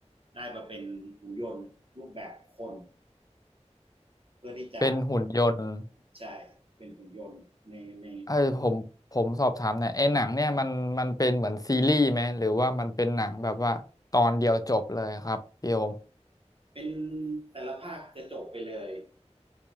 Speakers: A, on the right (about 50°); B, on the left (about 30°).
A: ได้มาเป็นหุ่นยนต์รูปแบบคนเพื่อที่จะ
B: เป็นหุ่นยนต์
A: ใช่เป็นหุ่นยนต์ในใน
B: เออผมผมสอบถามหน่อยไอ้หนังเนี่ยมันมันเป็นเหมือนซีรีส์ไหมหรือว่ามันเป็นหนังแบบว่าตอนเดียวจบเลยครับพี่โอม
A: เป็นแต่ละภาคจะจบไปเลย